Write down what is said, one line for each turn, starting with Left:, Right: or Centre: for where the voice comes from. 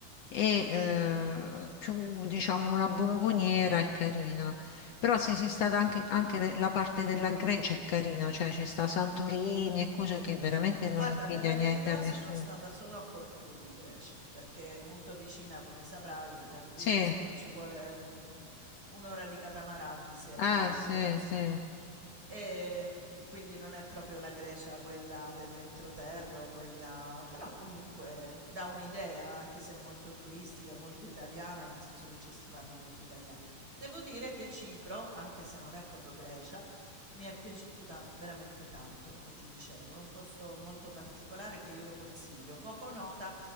Left: e eh, più diciamo una bomboniera è carina. Però se sei stata anche, anche de- la parte della Grecia è carina, cioè ci sta Santorini e cose che veramente non
Right: Guarda,
Left: invidia
Right: per la
Left: niente
Right: verità
Left: a nessuno.
Right: sono stata solo a Corfù in Grecia, perché è molto vicina, come saprai, da qui
Left: Sì,
Right: insomma ci vuole eh, un'ora di catamarano e si arriva,
Left: ah
Right: oppure
Left: sì,
Right: insomma.
Left: sì.
Right: E mm, quindi non è proprio la Grecia quella dell'entroterra, o quella... però comunque dà un'idea, anche se è molto turistica, molto italiana, nel senso che ci s- vanno molti italiani. Devo dire che Cipro, anche se non è proprio Grecia, mi è piaciuta veramente tanto, come ti dicevo, è un posto molto particolare che io consiglio, poco nota,